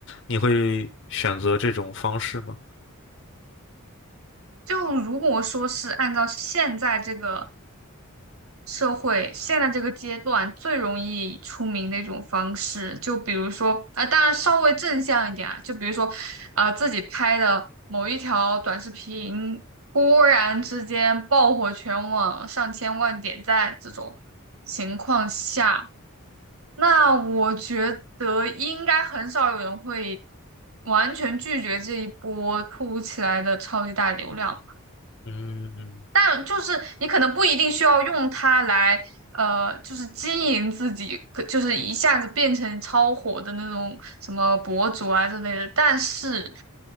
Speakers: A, on the left (about 55°); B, on the right (about 75°).
A: 你会选择这种方式吗？
B: 就如果说是按照现在这个社会现在这个阶段最容易出名的一种方式，就比如说，啊、当然稍微正向一点啊，就比如说，呃，自己拍的某一条短视频，忽然之间爆火全网，上千万点赞这种情况下，那我觉得应该很少有人会完全拒绝这一波突如其来的超级大流量。
A: 嗯
B: 但就是你可能不一定需要用它来，呃，就是经营自己，可就是一下子变成超火的那种什么博主啊之类的。但是